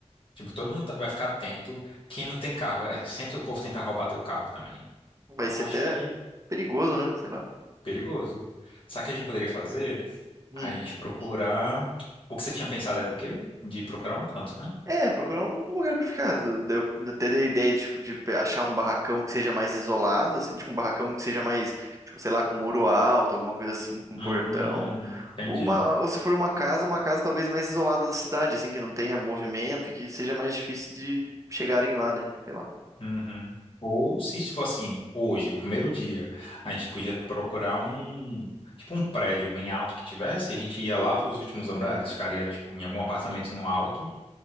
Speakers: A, on the left (about 50°); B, on the right (about 25°).
A: Tipo, todo mundo tá- vai ficar atento. Quem não tem carro, é sempre o povo tentar roubar teu carro também.
B: Vai
A: Então,
B: ser
A: acho
B: até
A: que
B: perigoso, né? Sei lá.
A: Perigoso. Sabe o que a gente poderia fazer?
B: Hum.
A: A gente procurar. O que você tinha pensado era o quê? De procurar um canto, né?
B: É, procurar um lugar pra ficar. Daí Eu até dei a ideia, tipo, de pe- achar um barracão que seja mais isolado, assim, tipo, um barracão que seja mais, tipo, sei lá, com muro alto, alguma coisa assim, com
A: Hum,
B: portão.
A: entendi.
B: Ou, uma, ou se for uma casa, uma casa talvez mais isolada da cidade, assim, que não tenha movimento e que seja mais difícil de, de chegarem lá, né? Sei lá.
A: Uhum. Ou se for assim, hoje, primeiro dia, a gente podia procurar um. Tipo um prédio bem alto que tivesse, e a gente ia lá para os últimos andares, ficaria tipo em algum apartamento no alto,